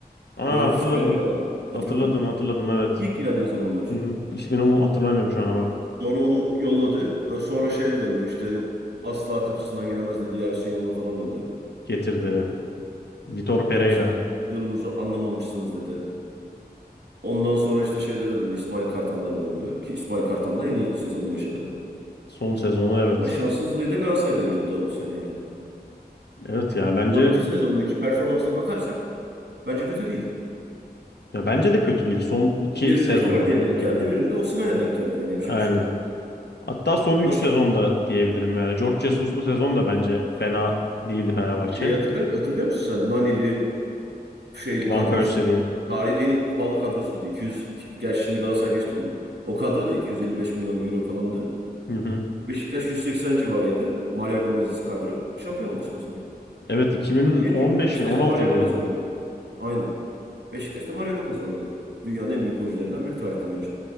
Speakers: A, on the left; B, on the right.
A: Aa
B: Böyle hafif
A: hatırladım.
B: kel bir adam. Hatırladın
A: Hatırladım,
B: mı?
A: hatırladım evet.
B: İlk geldiği zamanlar.
A: Hı hı. İsmini hatırlamıyorum şu an ama
B: Sonra onu yolladı. E, Sonra şeye döndü işte yok asla kapısından giremez dedi. Ersun Yanal'a falan döndü.
A: getirdi. Vitor Pereira.
B: Benim sizin videonuzu anlamamışsınız dedi. Ondan sonra işte şeylere döndü. İsmail Kartal'lara döndü. Ki İsmail Kartal'la en iyi sezonunu yaşadı.
A: Son sezonu evet.
B: Ama şanssızlığı da Galatasaray'da iyi o da o sene yani.
A: Evet ya bence
B: Son iki sezondaki performansına bakarsak bence kötü değil.
A: ya bence de kötü değil. Son iki
B: Birinde
A: sezonu
B: Icardi'ye
A: bakıyorum.
B: denk geldi. Birinde Osimhen'e denk geldi. Yani yapacak
A: Aynen.
B: bir şey yok.
A: Hatta son üç
B: Nasıl
A: sezonda diyebilirim yani. George Jesus'lu sezon da bence fena değildi Fenerbahçe.
B: şeyi hatırlıyor, hatırlıyor musun sen? Nanili, şeyli kadrosu.
A: Van Persie'li.
B: Tarihin en pahalı kadrosuydu. 200, iki- gerçi şimdi Galatasaray geçti onu. O kadro da 255 milyon euro falandı.
A: Hı hı.
B: Beşiktaş 180 civarıydı. Mario Gomez'siz kadro. Şampiyon oldu işte o sene.
A: Evet 2015
B: Niye? Çünkü Beşiktaş'ta
A: mi 16
B: Mario
A: mıydı?
B: Gomez vardı. Aynen. Beşiktaş'ta Mario Gomez vardı. Dünyanın en büyük golcülerinden biri tarihte bence.